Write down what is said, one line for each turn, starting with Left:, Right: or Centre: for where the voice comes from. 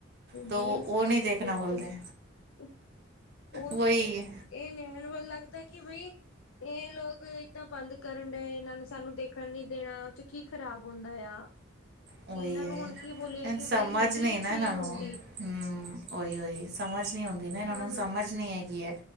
Right: ਤੋ
Left: ਰੀਲਸ
Right: ਉਹ
Left: ਨਿਆਣੇ
Right: ਨਹੀਂ ਦੇਖਣਾ
Left: ਦੇਖਦੇ
Right: ਬੋਲਦੇ
Left: ਉਹ
Right: ਵਹੀ
Left: ਇਹ ਨਿਆਣ ਵੱਲ ਲੱਗਦਾ ਕਿ ਬਈ ਇਹ ਲੋਕ ਏਦਾਂ ਬੰਦ ਕਰਨ ਡਏ ਇਹਨਾਂ ਨੇ ਸਾਨੂੰ ਦੇਖਣ ਨੀ ਦੇਣਾ ਉਹ ਚ ਕੀ ਖਰਾਬ ਹੁੰਦਾ ਆ
Right: ਉਹੀ
Left: ਕਿ ਇਹਨਾਂ
Right: ਹੈ
Left: ਨੂੰ ਹੁਣ ਕੀ ਬੋਲਿਆ ਕਿ
Right: ਸਮਝ
Left: ਬਈ ਨਹੀਂ ਅੱਛੇ
Right: ਨਾ ਇਹਨਾਂ
Left: ਹੁੰਦੇ
Right: ਨੂੰ ਹਮ ਸਮਝ ਨੀ ਆਉਂਦੀ ਨਾ ਇਹਨਾਂ
Left: ਹਨ
Right: ਨੂੰ ਸਮਝ ਨੀ ਹੈਗੀ ਹੈ